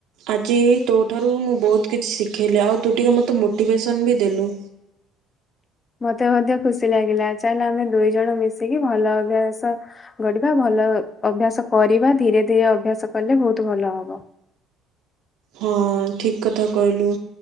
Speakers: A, on the right; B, on the left.
A: ଆଜି ତୋଠାରୁ ମୁଁ ବହୁତ କିଛି ଶିଖିଲି। ଆଉ ତୁ ଟିକେ ମୋତେ ମୋଟିଭେସନ୍ ବି ଦେଲୁ।
B: <inaudible> ମତେ ମଧ୍ୟ ଖୁସି ଲାଗିଲା। ଚାଲେ ଆମେ ଦୁଇ ଜଣ ମିଶିକି ଭଲ ଅଭ୍ୟାସ ଗଢ଼ିବା। ଭଲ ଭଲ ଅଭ୍ୟାସ କରିବା ଧୀରେ ଧୀରେ ଅଭ୍ୟାସ କଲେ ବହୁତ ଭଲ ହବ।
A: ହଁ ଠିକ କଥା କହିଲୁ।